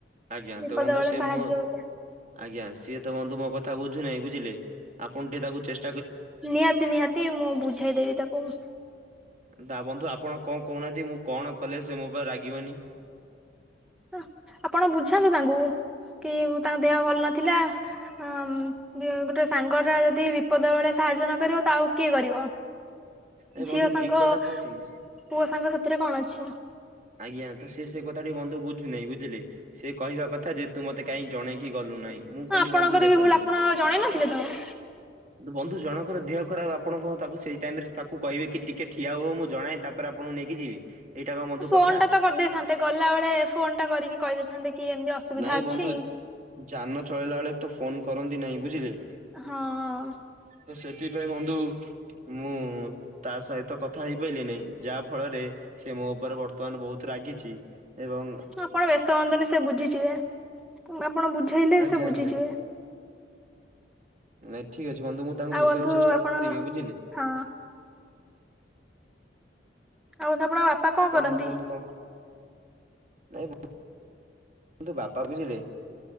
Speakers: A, on the right (about 40°); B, in the centre.
A: ଆଜ୍ଞା
B: ବିପଦ
A: ତ ବନ୍ଧୁ
B: ବେଳେ
A: ସିଏ
B: ସାହାଯ୍ୟ
A: ମୋ
B: କରିବା
A: ଆଜ୍ଞା ସିଏ ତ ବନ୍ଧୁ ମୋ କଥା ବୁଝୁ ନାହିଁ ବୁଝିଲେ ଆପଣ ଟିକେ ତାକୁ ଚେଷ୍
B: ନିହାତି ନିହାତି ମୁଁ ବୁଝେଇଦେବି ତାକୁ।
A: ଦା ବନ୍ଧୁ ଆପଣ କଣ କହୁନାହାନ୍ତି ମୁଁ କଣ କଲେ ସେ ମୋ ପାଇଁ ରାଗିବନି?
B: ହାଁ ଆପଣ ବୁଝାନ୍ତୁ ତାଙ୍କୁ କି ତାଙ୍କ ଦେହ ଭଲ ନଥିଲା ହଁ ଉମ୍ <unintelligible> ଗୋଟେ ସାଙ୍ଗ ଟା ଯଦି ବିପଦ ବେଳେ ସାହାଯ୍ୟ ନ କରିବ ତ ଆଉ କିଏ କରିବ
A: ଏ ବନ୍ଧୁ
B: ଝିଅ ସାଙ୍ଗ
A: ଠିକ କଥା କହୁଛନ୍ତି।
B: ପୁଅ ସାଙ୍ଗ ସେଥିରେ କଣ ଅଛି।
A: ଆଜ୍ଞା ତ ସେ ସେ କଥାଟି ବନ୍ଧୁ ବୁଝୁନାହିଁ ବୁଝିଲେ ସେ କହିବା କଥା ଯେ, ତୁ ମତେ କାଇଁ ଜଣେଇକି ଗଲୁ ନାହିଁ? ମୁଁ କଇଲି
B: ଆପଣଙ୍କର
A: ବନ୍ଧୁ ଦେଖନ୍ତୁ
B: ବି ଭୁଲ ଆପଣ ଜଣେଇ ନଥିଲେ ତାଙ୍କୁ
A: ବନ୍ଧୁ ଜଣଙ୍କର ଦେହ ଖରାପ ଆପଣ କଣ ତାକୁ ସେଇ ଟାଇମରେ ତାକୁ କହିବେ କି ଟିକେ ଠିଆ ହୁଅ ମୁଁ ଜଣାଏ ତାପରେ ଆପଣଙ୍କୁ ନେଇକି କିରେ ଏଇଟା କଣ ମଦୁ କ
B: ଫୋନଟା ତ କରିଦେଇଥାନ୍ତେ ଗଲା ବେଳେ ଫୋନଟା କରିକି କହିଦେଇଥାନ୍ତେ କି ଏମିତି ଅସୁବିଧା
A: ନାଇଁ
B: ଅଛି
A: ବନ୍ଧୁ ଯାନ ଚଳେଇଲା ବେଳେ ତ ଫୋନ କରନ୍ତି ନାହିଁ ବୁଝିଲେ।
B: ହଁ।
A: ତ ସେଥିପାଇଁ ବନ୍ଧୁ ମୁଁ ତା ସହିତ କଥା ହେଇପାଇଲି ନାହିଁ ଯାହା ଫଳରେ ସିଏ ମୋ ଉପରେ ବର୍ତ୍ତ୍ ର୍ତ୍ତମାନ ବହୁତ ରାଗିଛି ଏବଂ
B: ଆପଣ ବ୍ୟସ୍ତ ହୁଅନ୍ତୁନି ସେ ବୁଝିଯିବେ ଆପଣ ବୁଝେଇଲେ
A: ଆଜ୍ଞା
B: ସେ ବୁଝିଯିବେ।
A: ଆଜ୍ଞା ନାଇଁ ଠି ଠିକ୍ ଅଛି ବନ୍ଧୁ ମୁଁ ତାଙ୍କୁ
B: ଆଉ
A: ବୁଝେଇଆକୁ
B: ବନ୍ଧୁ
A: ଚେଷ୍ଟା
B: ଆପଣ
A: କରିବି ବୁଝିଲେ
B: ହଁ ଆଉଟେ ଆପଣଙ୍କ ବାପା କଣ
A: କହୁନାହାନ୍ତି
B: କରନ୍ତି?
A: ବନ୍ଧୁ କଣ ନାଇଁ ବ ନ୍ତୁ ବାପା ବୁଝିଲେ